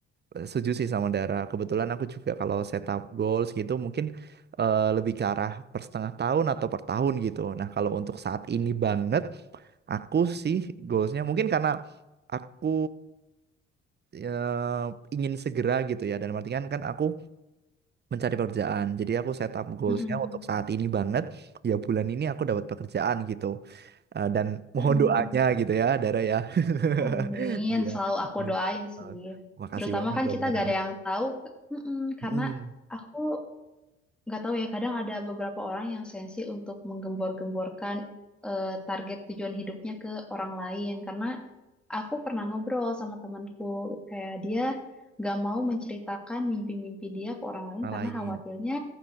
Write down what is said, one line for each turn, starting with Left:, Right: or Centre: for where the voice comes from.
Right: eh, setuju sih sama Dara. Kebetulan aku juga kalau setup goals gitu mungkin eh, lebih ke arah per setengah tahun atau per tahun gitu. Nah, kalau untuk saat ini banget Aku sih goalsnya mungkin karena aku ya, ingin segera gitu ya. Dan artian kan aku mencari pekerjaan. Jadi aku set up goalsnya
Centre: mm-mm,
Right: untuk saat ini banget. Ya bulan ini aku dapat pekerjaan gitu. Eh, dan mohon
Centre: mm-mm.
Right: doanya gitu ya, Dara ya. <laughs>
Centre: Amin,
Right: Iya.
Centre: selalu aku
Right: Iya.
Centre: doain
Right: Eh,
Centre: sih.
Right: Makasih
Centre: Terutama
Right: banyak
Centre: kan
Right: loh
Centre: kita
Right: Dara
Centre: gak ada
Right: ya.
Centre: yang tahu, Mm-mm, karena
Right: mm
Centre: aku nggak tahu ya kadang ada beberapa orang yang sensi untuk menggembor-gemborkan eh, target tujuan hidupnya ke orang lain karena aku pernah ngobrol sama temanku kayak dia nggak mau menceritakan mimpi-mimpi dia ke orang lain
Right: Orang
Centre: karena
Right: lain.
Centre: khawatirnya